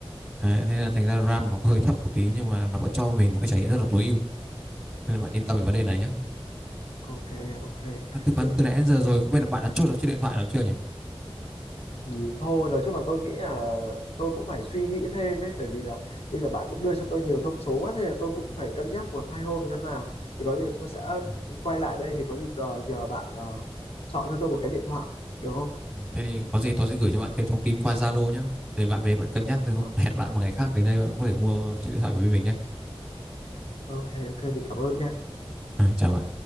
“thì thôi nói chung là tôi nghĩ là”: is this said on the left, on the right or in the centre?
Left